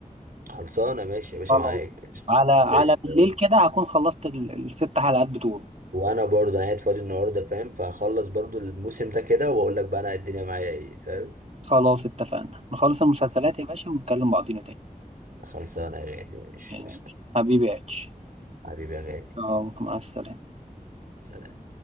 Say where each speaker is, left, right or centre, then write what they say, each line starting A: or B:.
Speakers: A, on the right; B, on the right.
A: خلصانه ماشي يا باشا
B: خلاص
A: معاك قشطة.
B: على على
A: قشطة.
B: بالليل كده هكون خلصت ال- الست حلقات بتوعه
A: وانا برضه انا قاعد فاضي النهارده فاهم فهخلص برضه الموسم ده كده واقول لك بقى انا الدنيا معايا ايه فاهم
B: خلاص اتفقنا نخلص المسلسلات يا باشا ونكلم بعضينا تاني
A: خلصانه يا غالي ماشي
B: ماشي.
A: قشطة.
B: حبيبي يا اتش
A: حبيبي يا غالي
B: يلا مع السلامة
A: سلام